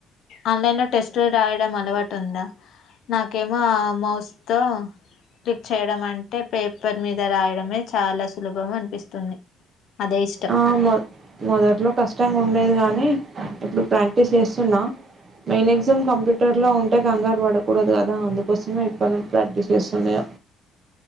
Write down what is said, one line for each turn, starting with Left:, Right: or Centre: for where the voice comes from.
Left: ఆన్లైన్లో టెస్టులు రాయడం అలవాటు ఉందా, నాకేమో ఆ మౌస్తో క్లిక్ చేయడం అంటే పేపర్ మీద రాయడమే చాలా సులభం అనిపిస్తుంది. అదే ఇష్ట
Right: ఆ మొ మొదట్లో కష్టంగా ఉండేది కానీ. ఇప్పుడు ప్రాక్టీస్ చేస్తున్నా. మెయిన్ ఎగ్జామ్ కంప్యూటర్లో ఉంటే కంగారు పడకూడదు కదా అందుకోసమే ఇప్పన్నున్ ప్రాక్టీస్ చేస్తున్న ఇగ.